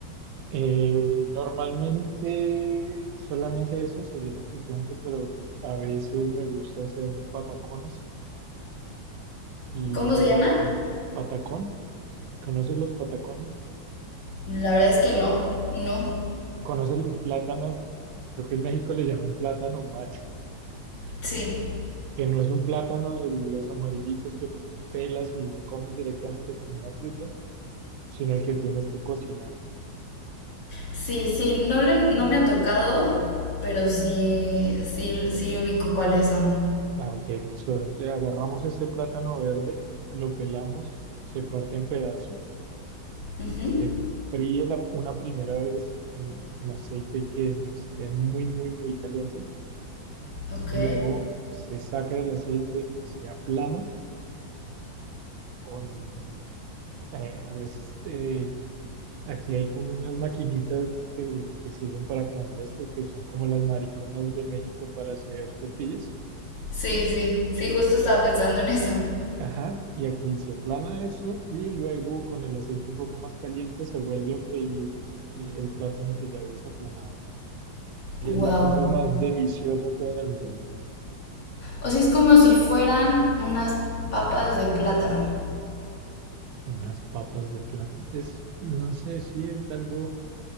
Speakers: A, on the right (about 75°); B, on the left (about 60°).
A: Eh, normalmente solamente eso sería suficiente, pero pues a veces me gusta hacer patacones y
B: ¿Cómo
A: van
B: se llama?
A: muy bien. ¿Patacón? ¿Conoces los patacones?
B: La verdad es que no, no.
A: ¿Conoces los plátanos? Creo que en México le llaman plátano macho,
B: Sí,
A: que no es un plátano de los amarillitos que pelas y te comes directamente como una fruta, sino el que tienes que cocinar.
B: sí, sí, no, le- no me ha tocado, pero sí, sí, sí ubico cuáles son.
A: Ah, ok. So, ent- agarramos este plátano verde, lo pelamos, se parte en pedazos,
B: Ujú.
A: se fríe la- una primera vez en, en aceite que no esté muy, muy, muy caliente.
B: Ok.
A: Luego se saca del aceite, se aplana con, eh, a veces, eh, aquí hay como unas maquinitas que, que sirven para aplanar esto, que son como las mariconas de México para hacer tortillas.
B: Sí, sí, sí, justo estaba pensando en eso.
A: Ajá, y aquí se aplana eso y luego con el aceite un poco más caliente se vuelve a freír el el plátano que ya habías aplanado. Y
B: Wow.
A: es la cosa más deliciosa que hay en el mundo.
B: O sea, es como si fueran unas papas de plátano.
A: Unas papas de plátano. Es, no sé si es algo...